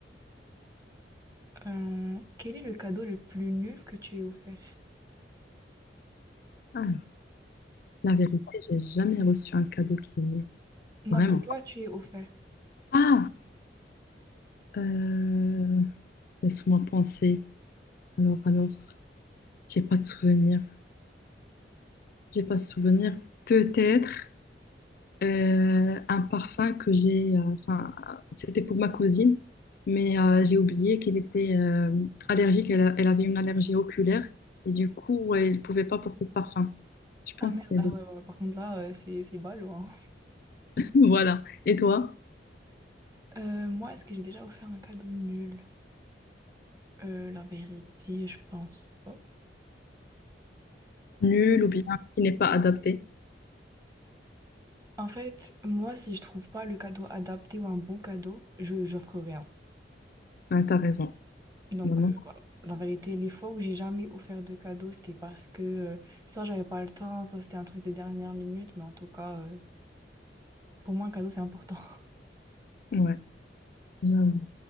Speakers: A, on the right; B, on the left.
A: euh, quel est le cadeau le plus nul que tu aies offert?
B: Alors, la vérité, j'ai jamais reçu un cadeau qui me...
A: Non,
B: Vraiment.
A: que toi, tu aies offert.
B: Ah! Euh, laisse-moi penser. Alors, alors, j'ai pas de souvenir. J'ai pas de souvenir. Peut-être. euh, un parfum que j'ai, euh, enfin, c'était pour ma cousine, mais euh, j'ai oublié qu'elle était euh, allergique, elle, a- elle avait une allergie oculaire, et du coup, ouais, elle ne pouvait pas porter de parfum. Je pense
A: Ah merde,
B: que c'est
A: ah
B: le...
A: ouais, ouais, ouais. Par contre là, euh, c'est c'est ballot, hein.
B: <laughs> Voilà. Et toi?
A: Euh, moi, est-ce que j'ai déjà offert un cadeau nul? Euh, la vérité, je pense pas.
B: Nul ou bien qui n'est pas adapté?
A: En fait, moi, si je trouve pas le cadeau adapté ou un bon cadeau, je j'offre rien.
B: Ah, t'as raison,
A: Donc
B: vraiment.
A: euh, voilà. La vérité, les fois où j'ai jamais offert de cadeau, c'était parce que euh, soit j'avais pas le temps, soit c'était un truc de dernière minute, mais en tout cas, euh, pour moi, un cadeau, c'est important.
B: Ouais, j'avoue.